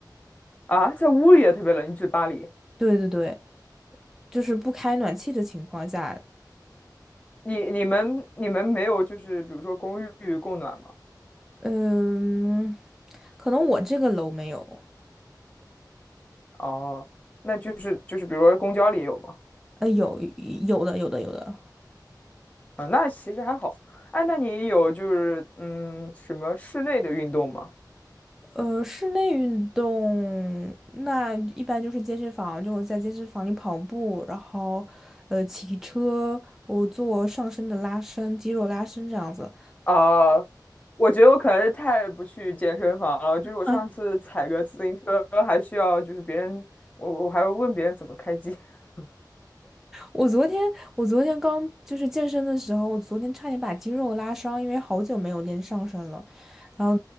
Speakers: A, on the left; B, in the centre.
A: 啊，在屋里也特别冷，你指巴黎？
B: 对对对，就是不开暖气的情况下，
A: 你你们你们没有就是比如说公寓供暖吗？
B: 嗯，可能我这个楼没有，
A: 哦，那就是就是比如说公交里有吗？
B: 呃，有有的有的有的，
A: 啊，那其实还好。哎，那你有就是嗯什么室内的运动吗？
B: 呃，室内运动那一般就是健身房，就我在健身房里跑步，然后呃骑车，我做上身的拉伸、肌肉拉伸这样子。
A: 啊，我觉得我可能是太不去健身房了，就是我上次踩个自行车还需要就是别人，
B: 啊，
A: 我我还要问别人怎么开机。<laughs>
B: 我昨天我昨天刚就是健身的时候，我昨天差点把肌肉拉伤，因为好久没有练上身了，然后